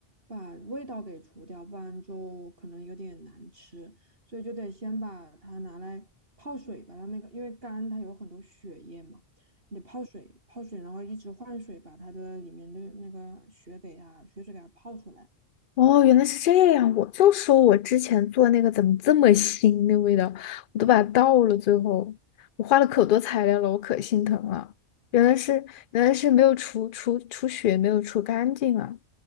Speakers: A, on the right; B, on the left.
A: 把味道给除掉，不然就可能有点难吃，所以就得先把它拿来泡水，把它那个因为肝它有很多血液嘛，你得泡水，泡水，然后一直换水，把它的里面的那个血给它血水给它泡出来。
B: 哦，原来是这样，我就说我之前做那个怎么这么腥那味道，我都把它倒了，最后我花了可多材料了，我可心疼了。原来是原来是没有除除除血，没有除干净啊。